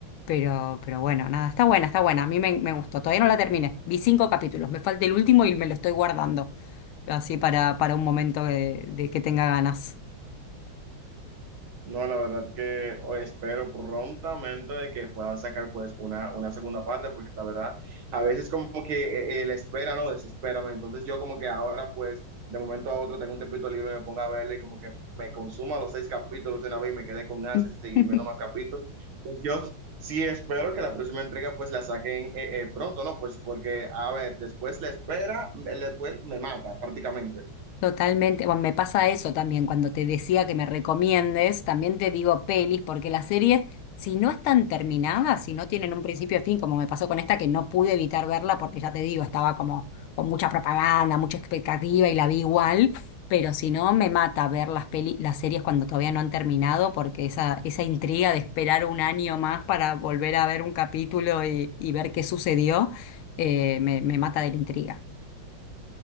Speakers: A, on the left (about 80°); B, on the right (about 75°).
A: pero, pero bueno, nada, está buena, está buena, a mí me, me gustó, todavía no la terminé, vi cinco capítulos, me falta el último y me lo estoy guardando, así para, para un momento de de que tenga ganas.
B: No, la verdad que o- espero prontamente de que puedan sacar pues una, una segunda parte, porque la verdad, a veces como que eh, eh, la espera, ¿no? Desespera, ¿no? Entonces yo como que ahora pues de momento a otro tengo un tiempito libre y me pongo a verle y como que me consuma los seis capítulos de una vez y me quedé con ansias
A: <laughs>
B: de seguir viendo más capítulos. Pues yo sí espero que la próxima entrega pues la saquen eh, eh, pronto, ¿no? Pues porque, a ver, después la espera, eh, después me mata prácticamente.
A: Totalmente, bueno, me pasa eso también, cuando te decía que me recomiendes, también te digo pelis, porque las series, si no están terminadas, si no tienen un principio y fin, como me pasó con esta, que no pude evitar verla, porque ya te digo, estaba como con mucha propaganda, mucha expectativa y la vi igual, pero si no, me mata ver las peli, las series cuando todavía no han terminado, porque esa, esa intriga de esperar un año más para volver a ver un capítulo y, y ver qué sucedió, eh, me, me mata de la intriga.